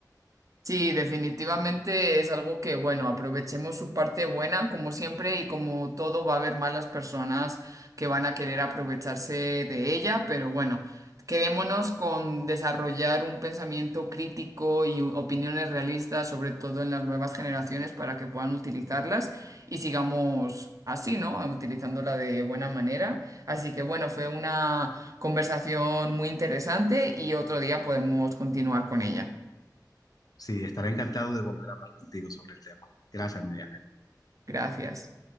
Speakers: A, on the right; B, on the left.
A: Sí, definitivamente es algo que, bueno, aprovechemos su parte buena, como siempre, y como todo va a haber malas personas que van a querer aprovecharse de ella, pero bueno, quedémonos con desarrollar un pensamiento crítico y opiniones realistas, sobre todo en las nuevas generaciones, para que puedan utilizarlas y sigamos así, ¿no? Utilizándola de buena manera. Así que bueno, fue una conversación muy interesante y otro día podemos continuar con ella.
B: Sí, estaré encantado de volver a hablar contigo sobre el tema. Gracias, Nayar.
A: Gracias.